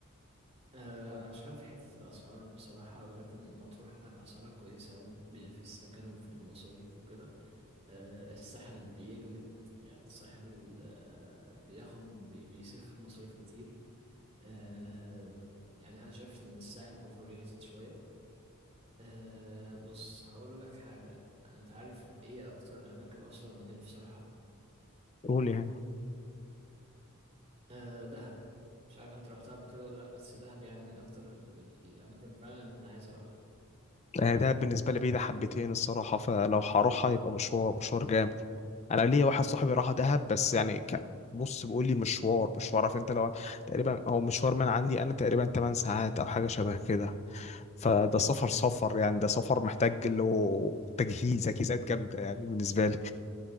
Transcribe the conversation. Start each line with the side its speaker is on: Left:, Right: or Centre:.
Right: آه، انا مش عارف حتة الاسعار بصراحة ولكن مطروح كان اسعارها كويسة قوي في السكن وفي المصاريف وكده آه، الساحل بيجلد يعني الساحل آه، بياخد بي- بيصرف مصاريف كتير آه، يعني انا شايف ان الساحل اوفر ريتد شوية آه، بص هقول لك حاجة انت عارف ايه اكتر الاماكن اصلا نفسي اروحها
Left: قول يعني
Right: آه، دهب مش عارف انت رحتها قبل كده ولا لا بس دهب يعني من اكتر ال- ال- الاماكن فعلا اللي أنا عايز اروحها
Left: آه، ده بالنسبه لي بعيده حبتين الصراحه فلو هروحها يبقى مشوار مشوار جامد انا ليا واحد صاحبي راح دهب بس يعني كان بص بيقول لي مشوار مشوار عارف انت لو تقريبا هو مشوار من عندي انا تقريبا 8 ساعات او حاجه شبه كده فده سفر سفر يعني ده سفر محتاج له تجهيز تجهيزات جامده يعني بالنسبه لي